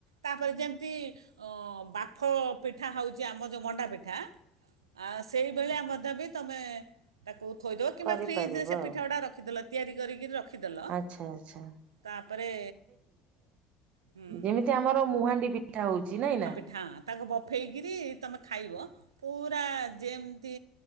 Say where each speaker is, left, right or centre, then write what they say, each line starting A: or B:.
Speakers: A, on the right; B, on the right.
A: ତାପରେ ଯେମିତି। ଅ ବାଫ ପିଠା ହଉଛି ଆମ ଯଉ ମଣ୍ଡା ପିଠା ଆ ସେଇଭଳିଆ ମ ଦେବି ତମେ। ତାକୁ ଥୋଇଦବ କିମ୍ବା
B: କରିପାରିବ
A: ଫ୍ରିଜ ରେ ସେ
B: ଆଉ
A: ପିଠା ଗୁଡା ରଖିଦେଲ ତିଆରି କରିକି ରଖିଦେଲ।
B: ଆଚ୍ଛା ଆଚ୍ଛା।
A: ତାପରେ ହୁଁ
B: ଯିମିତି ଆମର ମୁହାଣ୍ଡି ପିଠା ହଉଛି ନାଇଁ ନା।
A: ହାଁ ତାକୁ ବଫେଇକରି ତମେ ଖାଇବ ପୁରା ଯେମିତି